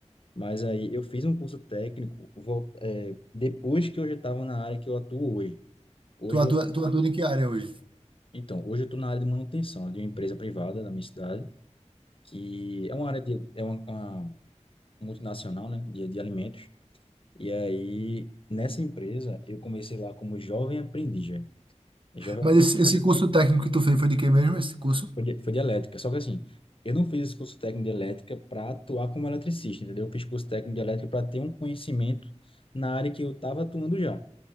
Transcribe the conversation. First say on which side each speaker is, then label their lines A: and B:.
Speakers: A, on the left (about 50°); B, on the right (about 45°).
A: Mas aí eu fiz um curso técnico vol- é, depois que eu já estava na área que eu atuo hoje. Hoje
B: Tu atua,
A: eu,
B: tu atua em que área hoje?
A: então, hoje eu estou na área de manutenção de uma empresa privada da minha cidade, que é uma área de, é uma, uma multinacional, né, de, de alimentos. E aí, nessa empresa, eu comecei lá como jovem aprendiz, velho. Jovem
B: Mas
A: aprendiz
B: esse, esse curso técnico que tu fez foi de quê mesmo? Esse curso?
A: foi de, foi de elétrica, só que assim, eu não fiz esse curso técnico de elétrica para atuar como eletricista, entendeu? Eu fiz curso técnico de elétrica para ter um conhecimento na área que eu estava atuando já,